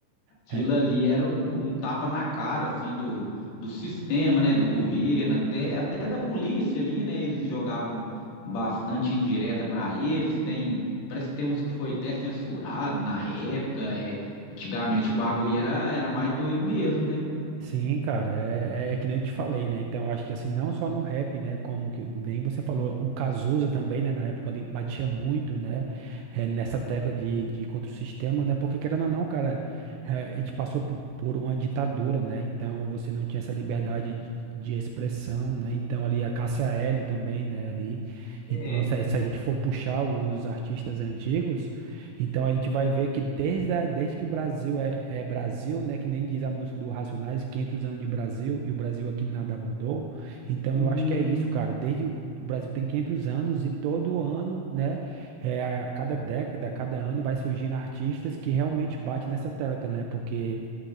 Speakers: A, on the left; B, on the right.
A: Aquilo
B: É,
A: ali era um, um tapa na cara, assim, do, do sistema, né, do governo, até, até da polícia ali, né, eles jogavam bastante indireta para eles, tem, parece que tem uns que foi até censurado na época, é, antigamente o bagulho era, era mais doido mesmo, né?
B: sim, cara, é, é, é que nem eu te falei, né? Então, acho que assim, não só no rap, né? Como que nem você falou, o Cazuza também, né? Na época ali batia muito, né? É, nessa tecla de, de contra o sistema, né? Porque querendo ou não, cara, é, a gente passou por, por uma ditadura, né? Então, você não tinha essa liberdade de, de expressão, né? Então, ali a Cássia Eller também, né? Ali. Então,
A: É.
B: se, a- se a gente for puxar os artistas antigos. Então a gente vai ver que desde, a- desde que o Brasil é, é Brasil, né, que nem diz a música do Racionais, 500 anos de Brasil, e o Brasil aqui nada mudou. Então
A: Hum.
B: eu acho que é isso, cara. Desde o Brasil tem 500 anos e todo ano, né, é, a cada década, a cada ano vai surgindo artistas que realmente batem nessa tecla, né? Porque